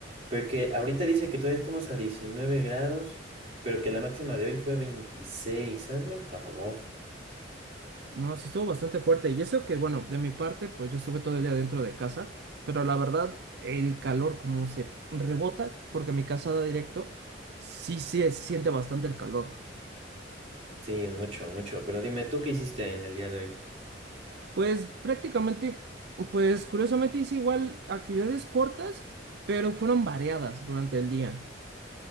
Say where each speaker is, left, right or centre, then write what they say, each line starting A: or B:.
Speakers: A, on the right; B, on the right.
A: Porque ahorita dice que todavía estamos a 19 grados, pero que la máxima de hoy fue veintiséis, Hazme el favor.
B: No, sí estuvo bastante fuerte. Y eso que, bueno, de mi parte, pues yo estuve todo el día dentro de casa, pero la verdad, el calor como se rebota, porque mi casa da directo, sí se siente bastante el calor.
A: Sí, mucho, mucho. Pero dime, ¿tú qué hiciste en el día de hoy?
B: Pues prácticamente, pues curiosamente hice igual actividades cortas, pero fueron variadas durante el día.